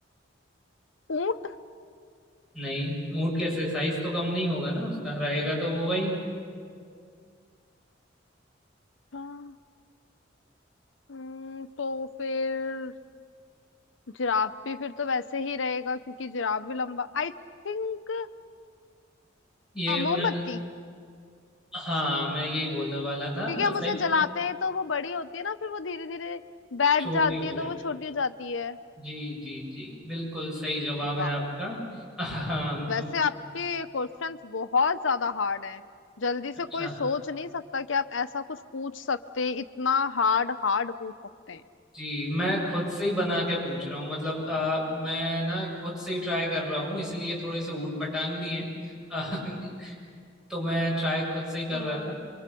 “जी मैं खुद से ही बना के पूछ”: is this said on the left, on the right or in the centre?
Centre